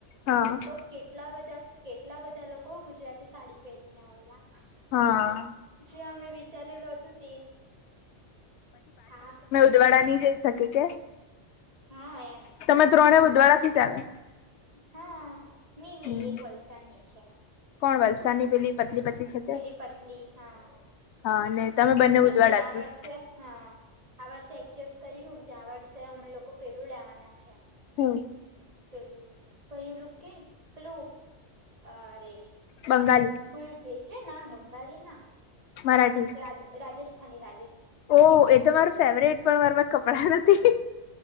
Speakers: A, on the left; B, on the right.
A: હા
B: તો કેટલા બધા કેટલા બધા લોકો ગુજરાતી સાડી પહેરીને આવેલા.
A: હા
B: જે અમે વી વિચારેલું હતું તેજ આ
A: ઉદવાડાની જે થતી કે
B: હા એમ
A: તમે ત્રણે ઉદવાડાથી જ આવે.
B: હા ની ની
A: હમ
B: એક વલસાડની છે.
A: કોણ વલસાડની પેલી પતલી પતલી છે
B: તેરી
A: તે
B: પતલી હા
A: હા ને તમે બંને
B: પછી
A: ઉદવાડા
B: આ
A: થી
B: વર્ષે હા આ વર્ષે એડજસ્ટ કરી મૂકજે આ વર્ષે અમે લોકો પેલું લેવાના છે.
A: હું
B: પેલું કયું લુક કેય પેલૂ અરે
A: બંગાળી
B: ભૂલી જ ગેય હે ના બંગાળી ના
A: મરાઠી
B: રાજ રાજસ્થાની રાજસ્થાની
A: ઓહ એ તો માર ફેવરેટ પણ માર પા કપડાં નથી